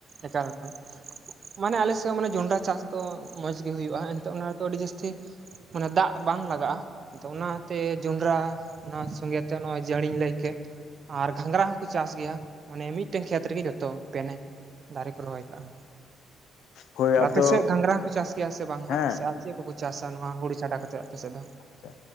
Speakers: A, on the right; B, on the left.
A: ᱮᱠᱟᱞ ᱮᱠᱟᱞ ᱢᱟᱱᱮ ᱟᱞᱮ ᱥᱮᱫ ᱢᱟᱱᱮ ᱡᱚᱸᱰᱨᱟ ᱪᱟᱥ ᱫᱚ ᱢᱚᱸᱡᱽ ᱜᱮ ᱦᱩᱭᱩᱜᱼᱟ ᱮᱱᱛᱮᱜ ᱚᱱᱟ ᱨᱮᱫᱚ ᱟᱹᱰᱤ ᱡᱟᱹᱥᱛᱤ ᱢᱟᱱᱮ ᱫᱟᱜ ᱵᱟᱝ ᱞᱟᱜᱟᱜᱼᱟ ᱟᱫᱚ ᱚᱱᱟᱛᱮ ᱡᱚᱸᱰᱨᱟ ᱚᱱᱟ ᱥᱚᱸᱜᱮᱛᱮ ᱱᱚᱜᱼᱚᱭ ᱡᱟᱹᱲᱤᱧ ᱞᱟᱹᱭ ᱠᱮᱫ ᱟᱨ ᱜᱷᱟᱸᱜᱨᱟ ᱦᱚᱸ ᱠᱚ ᱪᱟᱥ ᱜᱮᱭᱟ ᱢᱟᱱᱮ ᱢᱤᱫᱴᱮᱱ ᱠᱷᱮᱛ ᱨᱮᱜᱮ ᱡᱚᱛᱚ ᱯᱮᱱᱮ ᱫᱟᱨᱮ ᱠᱚ ᱨᱚᱦᱚᱭ ᱠᱟᱜᱼᱟ
B: ᱦᱳᱭ ᱟᱫᱚ
A: ᱟᱯᱮ ᱥᱮᱫ ᱜᱷᱟᱸᱜᱨᱟ ᱦᱚᱸᱠᱚ ᱪᱟᱥ ᱜᱮᱭᱟ ᱥᱮ ᱵᱟᱝ
B: ᱦᱮᱸ
A: ᱦᱟᱸᱜ ᱥᱮ ᱪᱮᱫ ᱠᱚᱠᱚ ᱪᱟᱥᱟ ᱱᱚᱣᱟ ᱦᱳᱲᱳ ᱪᱷᱟᱰᱟ ᱠᱟᱛᱮᱫ ᱟᱯᱮᱥᱮᱫ ᱫᱚ
B: ᱟᱪᱪᱷᱟ